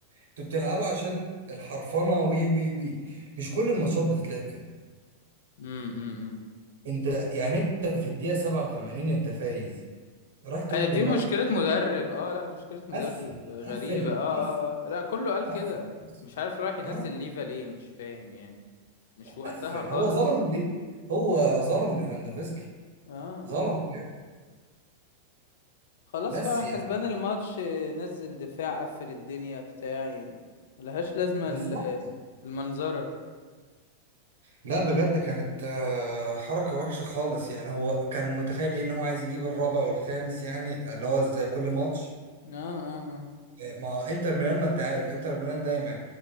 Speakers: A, on the right (about 80°); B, on the left (about 75°).
A: انتوا بتلعبوا عشان الحرفنة وي وي وي مش كل الماتشات بتتلعب كده
B: امم امم
A: انت يعني انت في الدقيقة 87 انت فايز راح تهجم
B: دي مشكلة
A: برضه
B: مدرب اه لا مشكلة مدرب
A: قفل
B: غريبة
A: قفل
B: اه
A: قفل
B: اه اه لا كله قال
A: قفل
B: كده
A: بس.
B: مش عارف رايح ينزل
A: اه
B: ليفا ليه مش فاهم يعني مش وقتها
A: قفل
B: خالص
A: هو ظلم ليه هو ظلم لفاندوفسكي
B: اه
A: ظلم
B: اه
A: ليه؟
B: خلاص
A: بس
B: فعلا
A: يعني
B: كسبان الماتش آه، نزل دفاع قفل الدنيا بتاع يعني ملهاش لازمة
A: بالظبط
B: ال- المنظرة
A: لا بجد كانت آه، حركة وحشة خالص يعني هو كان متخيل ايه ان هو عايز يجيب الرابع والخامس يعني اللي هو زي كل ماتش
B: اه اه اه
A: آه، مع انتر ميلان ما انت عارف انتر ميلان دايما